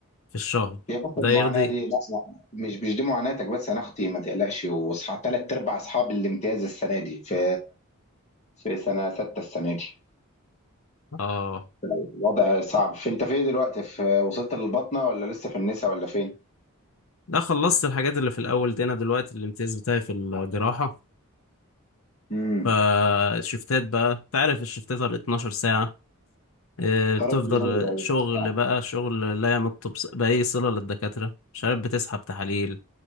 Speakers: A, on the left (about 65°); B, on the left (about 30°).
A: في الشهر
B: هي بس
A: ده
B: المعاناه
A: يرضي
B: دي لا لا مش مش دي معاناتك بس انا اختي ما تقلقش واصحى ثلاث ارباع اصحاب الامتياز السنه دي في في سنه سته السنه دي
A: اه
B: الوضع صعب فانت فين دلوقتي في وصلت للبطنه ولا لسه في النسا ولا فين
A: ده خلصت الحاجات اللي في الاول دي انا دلوقتي الامتياز بتاعي في الجراحة
B: امم
A: فالشفتات بقى انت عارف الشفتات على 12 ساعة إيه، بتفضل
B: يا ربي ايوه ايوه
A: شغل
B: صعب.
A: بقى شغل لا يمت بص- بأي صلة للدكاترة مش عارف بتسحب تحاليل